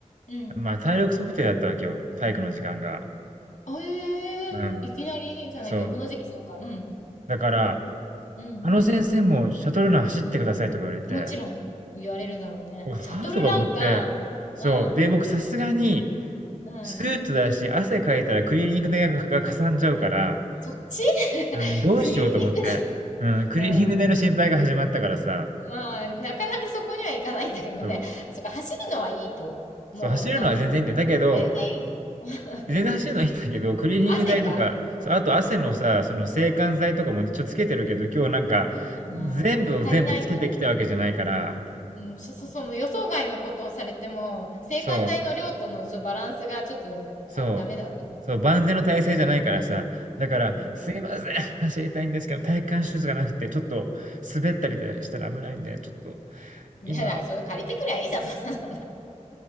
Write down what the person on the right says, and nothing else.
まあ体力測定だったわけよ、体育の時間が。
うん。そう。
だから、
あの先生もシャトルラン走ってくださいとか言われて、
うはあ？
とか思って、そう。
で、僕さすがに
スーツだし、汗かいたらクリーニング代がかかさんじゃうから、
うん、どうしようと思って。
うん、クリーニング代の心配が始まったからさ、
そう。
そう、
走るのは全然いいんだよ。
だけど、
出だしのいいんだけど、クリーニング代とか、
そう、あと汗のさ、
その制汗剤とかも一応つけてるけど、今日なんか、
全部を全部つけてきたわけじゃないから、
そう、そう、
そう、万全の体制じゃないからさ、だから、
すいません、走りたいんですけど、体幹シューズがなくて、ちょっと滑ったりでしたら危ないんで、ちょっと、
今、